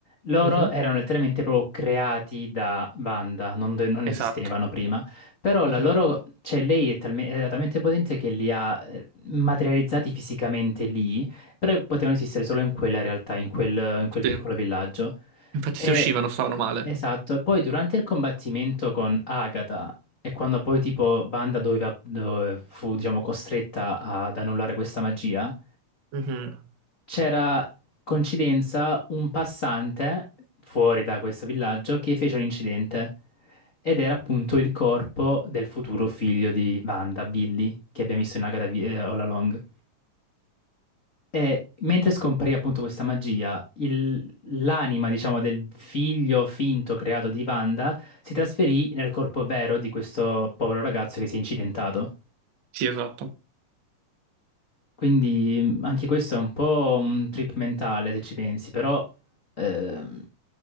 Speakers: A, on the left (about 80°); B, on the right (about 65°).
A: loro
B: Mhm,
A: erano letteralmente proprio creati da Wanda, non, de- non
B: Esatto.
A: esistevano prima, però la
B: Mhm,
A: loro, cioè lei è, talme- era talmente potente che li ha eh, materializzati fisicamente lì, però potevano esistere solo in quella realtà, in quel, in quel
B: Sì.
A: piccolo villaggio.
B: Infatti
A: E,
B: se uscivano stavano male.
A: esatto, e poi durante il combattimento con Agatha e quando poi tipo Banda doveva, dove fu diciamo costretta ad annullare questa magia,
B: Mhm,
A: c'era coincidenza un passante fuori da questo villaggio che fece un incidente ed era appunto il corpo del futuro figlio di Banda, Billy, che abbiamo visto in Agatha Vi- eh, All Along. E mentre scomparì appunto questa magia, il- l'anima, diciamo, del figlio finto creato di Wanda si trasferì nel corpo vero di questo povero ragazzo che si è incidentato.
B: Sì, esatto.
A: Quindi mh, anche questo è un po' un trip mentale se ci pensi, però ehm,